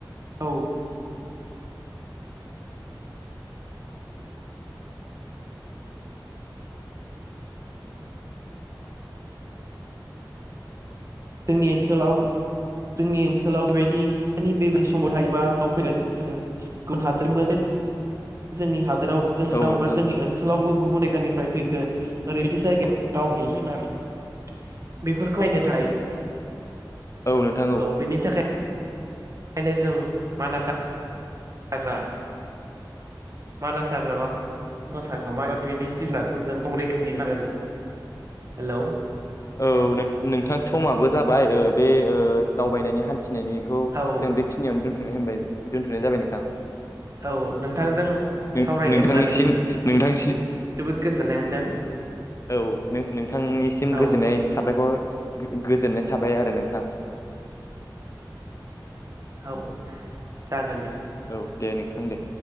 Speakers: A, on the right (about 45°); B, on the left (about 40°).
A: औ जोंनि ओनसोलाव जोंनि ओनसोलाव बेबायदिनि <unintelligible> समाव <unintelligible> जोंनि हादोराव <unintelligible>
B: औ नोंथां
A: बा जोंनि ओनसोलावबो गुबुन जायगानिफ्राय फैगोन ओरैबायदि जायगायाव <unintelligible> बेफोरखौ नायनो <unintelligible>
B: औ नोंथां
A: औ बेनि थाखाय बेखायनो जों मानास <inaudible> हाग्रा मानास हाग्रामा खो मास हाग्रामा <unintelligible> हेलौ
B: औ नों नोंथां समाबो जाबाय ओ बे ओ दावबायनायनि हान थिनायनिखौ
A: औ
B: जों बेखिनियावनो दोन्थ'नाय होनबाय दोन्थ'नाय जाबाय नोंथां।
A: औ
B: <inaudible>
A: नोंथांजों
B: नों
A: सावरायनो
B: नोंथांनिसिम
A: मोननानै
B: नोंथांसि
A: जोबोद गोजोनाय मोनदों
B: औ नो-नोंथांनिसिम
A: औ
B: गोजोननाय साबायखर गो-गोजोननाय थाबाय आरो नोंथां।
A: औ जागोन दे।
B: औ दे नोंथां दे।